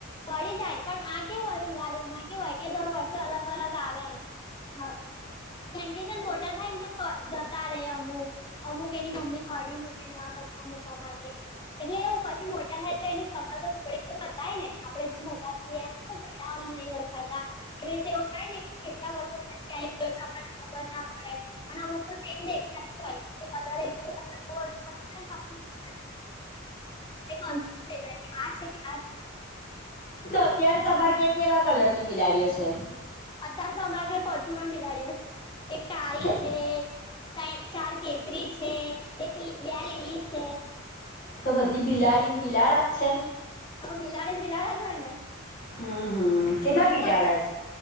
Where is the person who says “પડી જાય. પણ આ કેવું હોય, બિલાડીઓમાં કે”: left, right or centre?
Left